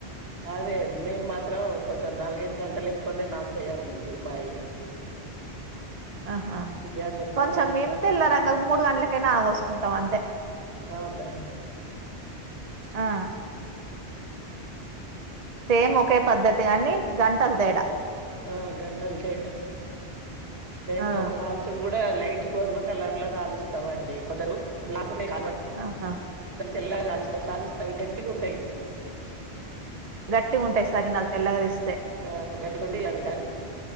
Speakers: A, on the right (about 65°); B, on the right (about 40°).
A: అదే మేము మాత్రం కొంచ నాలుగైదు గంటలు ఎక్కువనే నాన్ తయ్యండి మాయి
B: ఆహా
A: బియ్యాన్ని ఎక్కువ
B: కొంచెం
A: నానబెడతాం
B: మేమి తెల్లారంగ మూడు గంటలకె నాన బోసుకుంటాం అంతే
A: అవునా
B: ఆ సేమ్ ఒకే పద్ధతి గని గంటల్ తేడా
A: ఆ గంటలు తేడా మేము
B: ఆ!
A: కాల్చుడు కూడా లై గోధుమ కలర్ లో కాగాలుస్తామండి కొందరు బ్లాక్ కునే కాల్వ
B: ఆహా!
A: తెల్లాగా కాలుస్తా కాలుస్తా అవి గట్టిగా ఉంటాయి
B: గట్టి ఉంటయి సకినాలు తెల్లగదేస్
A: ఆ గడిగుండి అమికా